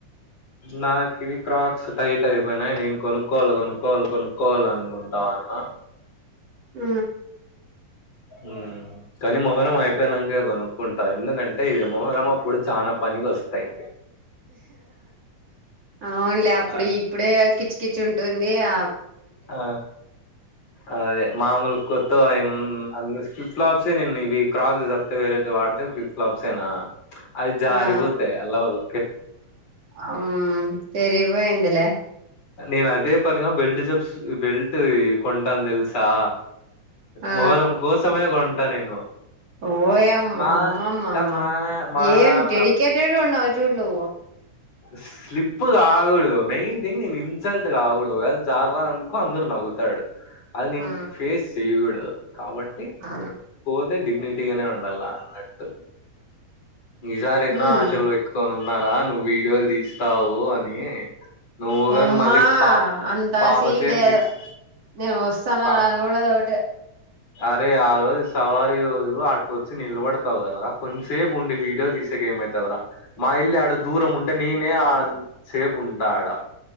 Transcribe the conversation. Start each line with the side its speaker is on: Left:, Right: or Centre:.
Left: నాకి ఇవి క్రాక్స్ టైట్ అయిపోయినాయి నేను కొనుక్కోవలి కొనుకోవలి కొను కోవాల అనుకుంటా ఉన్న
Right: ఆ
Left: ఉ కానీ మొహరం అయిపోయినాకే కొనుక్కుంటా ఎందుకంటే ఇవి మొహరం అప్పుడు చాలా పనికి వస్తాయి
Right: అవునులే అప్పుడు
Left: ఆ!
Right: ఇప్పుడే కిచి కిచి ఉంటుంది ఆ
Left: ఆ అదే మామూలు కొ ఆ ఫ్లిప్లాప్సే నేను ఇవి క్రాక్స్ తప్పతే వేరేటివి వాడితే ఫ్లిప్ ఫలాప్సేనా అది జారి
Right: ఆ
Left: పోతే ఎల్లవదు
Right: ఉమ్ సరి పోయిందిలే
Left: నేను అదే పనిగా బెల్ట్ జప్స్ బెల్ట్వి కొంటాను తెల్సా
Right: ఆ
Left: మొహరం కోసమే కొంటా నేను
Right: ఓయమ్మా
Left: మా
Right: అమ్మమ్మ
Left: ఇంకా
Right: అమ్మ
Left: మా మా
Right: ఏం
Left: నాన్న
Right: డెడికేటెడ్ ఉన్నావు చూడు నువ్వు
Left: స స్లిప్ కాకూడదు మెయిన్ థింగ్ నేను ఇన్సల్ట్ కాకూడదు ఒకవేళ జర్రా అనుకో అందరు నవ్వుతాడు అది నేను
Right: ఆ
Left: ఫేస్ చెయ్యకూడదు కాబట్టి
Right: ఆ
Left: పోతే డిగ్నిటీగానే ఉండాల అట్టు ఈ సారి ఎన్నో
Right: ఉమ్
Left: ఆశలు పెట్టు కని ఉన్నారా నువ్వు వీడియోలు తీస్తావు అని నువ్వు గాని
Right: ఓమ్మా
Left: మళ్ళీ పాప
Right: అంత
Left: పాప
Right: సీన్
Left: చేతికి
Right: లేదు
Left: ఇచ్చి
Right: నేను వస్తాను
Left: పా-
Right: రానో కూడా ఒకటి
Left: అరే ఆ రోజు సవారి రోజు ఆడికొచ్చి నిలబడతావు కదా కొంసేపు ఉండి వీడియోసు తీసు ఏమైతది రా మా ఇల్లి ఆడు దూరం ఉంటే నేనే ఆ సేపు ఉంటాడా